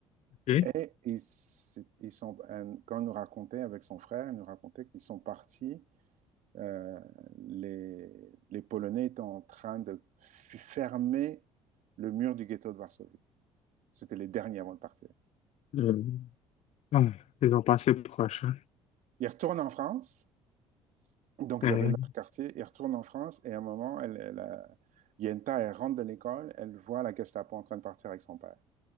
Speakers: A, on the left; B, on the right.
A: OK.
B: Et ils, ils sont, quand on nous racontait avec son frère, il nous racontait qu'ils sont partis, euh, les, les Polonais étaient en train de fermer le mur du ghetto de Varsovie. C'était les derniers avant de partir.
A: Euh, ah, ils ont passé proche, hein.
B: Ils retournent en France, donc
A: Euh,
B: ils avaient leur quartier, ils retournent en France et à un moment, elle, elle, euh, Yenta, elle rentre de l'école, elle voit la Gestapo en train de partir avec son père.